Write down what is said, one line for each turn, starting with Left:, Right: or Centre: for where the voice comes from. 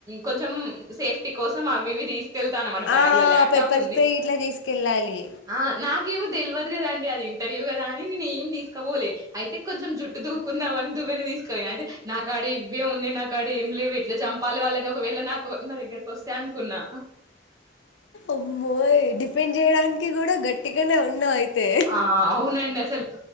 Right: కొంచెం సేఫ్టీ కోసం అవి ఇవి తీసుక్ కెళ్తా అన్నమాట బ్యాగ్
Left: ఆ
Right: లో ల్యాప్టాప్
Left: పెప్పర్
Right: ఉంది
Left: స్ప్రే ఇట్లా తీసుకెళ్ళాలి
Right: ఆ నా ఏమో తెలివదు కద అండి అది ఇంటర్వ్యూ కదా అని నేను ఏం తీసుకోపోలే అయితే కొంచెం జుట్ దువుకుందాంని దువ్వెన తీసుకపొయినా అయితే నా కాడ ఇవ్వే ఉన్నాయి నా కాడ ఏమి లేవు ఎట్లా చంపాల వాళ్ళని ఒకవెళ ఇలా నాకు నా దగ్గరకి వస్తయి అనుకున్నా
Left: అమ్మోయ్ డిఫెండ్ చేయడానికి కూడా గట్టిగానే ఉన్నావు అయితే
Right: ఆ అవునయ్ అసల్